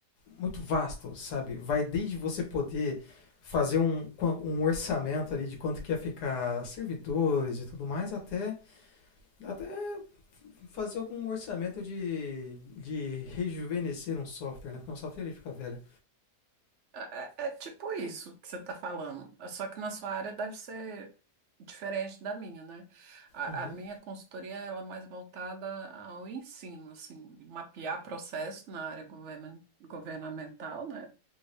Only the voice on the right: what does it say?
É, é é tipo isso que você está falando, só que na sua área deve ser diferente da minha, né? A,
a minha consultoria ela é mais voltada ao ensino, assim, mapear processo na área governa- governamental, né?